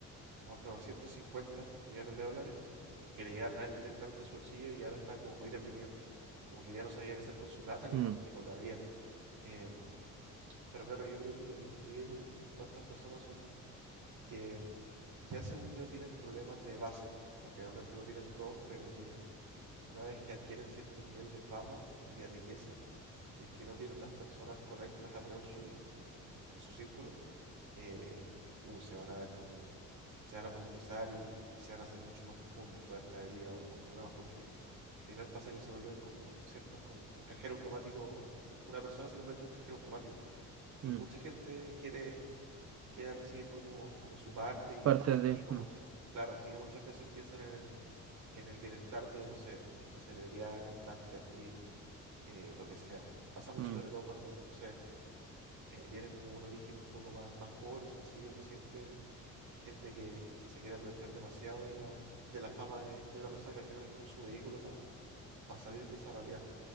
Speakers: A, on the right; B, on the right.
A: por 950 millones de dólares, que le llegaron a él directamente a su bolsillo y ahora está como muy deprimido, como que ya no sabía qué hacer con su plata <laughs> ni
B: Mm.
A: con, ni con la vida. Em, pero claro, yo creo que lo que influye como en todas estas personas son que ya según yo tienen problemas de base, como generalmente lo tienen todos, pero que Una vez que adquieren cierto nivel de fama y de riqueza, si es que no tienen las personas correctas alrededor suya, en, en su círculo, eh, uh, se van a ver como, se van a profundizar y, y se van a hacer mucho más profundas todas estas heridas o, o problemas, porque al final pasa que se vuelven como ciertos, como un cajero automático, u- una persona se convierte en un cajero automático y
B: Mm,
A: mucha gente quiere, quiere recibir como, como su parte y,
B: parte de...
A: y no
B: No.
A: muchas, claro, y no muchas veces piensan en el en el bienestar de, no sé, esta celebridad, cantante, actriz, eh, lo que sea. Pasa mucho
B: Mm,
A: sobre todo cuando, no sé, eh, vienen como un origen un poco más, más pobre o sencillo, que siempre hay gente que, que se quiere aprovechar demasiado de la, de la fama de, de una persona que al final es como su vehículo para salir de esa realidad.